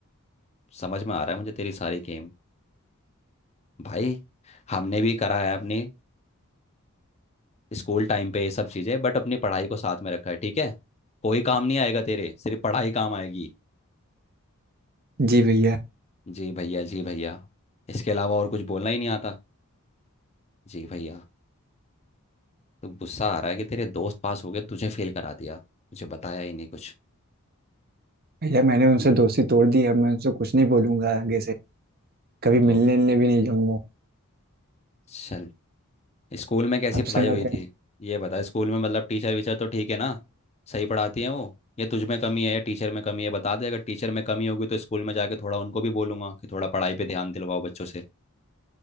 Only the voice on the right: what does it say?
जी भैया
भैया मैंने उनसे दोस्ती तोड़ दी अब मैं उनसे कुछ नहीं बोलूंगा आगे से कभी मिलने
मिलने भी नहीं जाऊंगा
अब
से मैं
कहीं